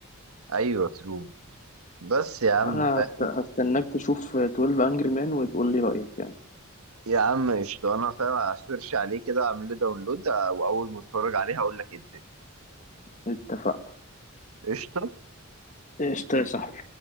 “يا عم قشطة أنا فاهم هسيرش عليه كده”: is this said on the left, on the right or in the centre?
Right